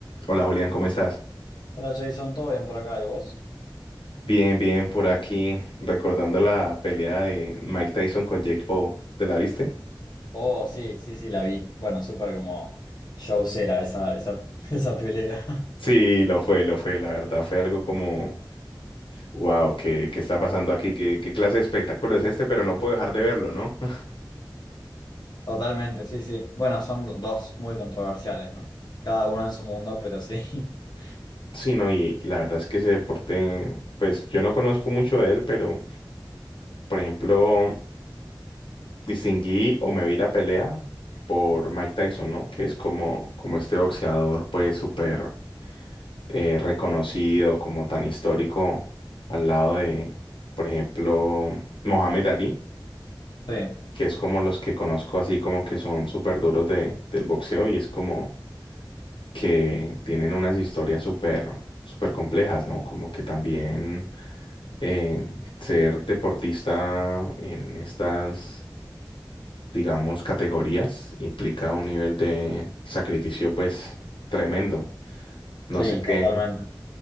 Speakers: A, on the left; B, on the left.
A: Hola Julián, ¿cómo estás?
B: Hola Jason, ¿todo bien por acá? ¿Y vos?
A: Bien, bien, por aquí, recordando la pelea de Mike Tyson con Jake Paul. ¿Te la viste?
B: Oh, sí, sí, sí, la vi. Bueno, súper como showcera esa, esa, <laughs> esa pelea.
A: Sí, lo fue, lo fue, la verdad fue algo como, wow, ¿qué, qué está pasando aquí? ¿Qué, qué clase de espectáculo es este? Pero no puedo dejar de verlo, ¿no? <laughs>
B: Totalmente, sí, sí. Bueno, son do- dos muy controversiales, ¿no? Cada uno en su mundo, pero sí. <laughs>
A: Sí, no, y la verdad es que ese deporte, pues yo no conozco mucho de él, pero por ejemplo, distinguí o me vi la pelea por Mike Tyson, ¿no? Que es como, como este boxeador, pues súper eh, reconocido, como tan histórico, al lado de, por ejemplo, Mohamed Ali,
B: Sí,
A: que es como los que conozco así como que son súper duros de, del boxeo y es como que tienen unas historias súper, súper complejas, ¿no? Como que también eh, ser deportista en estas, digamos, categorías implica un nivel de sacrificio pues tremendo. No
B: sí,
A: sé qué.
B: totalmente.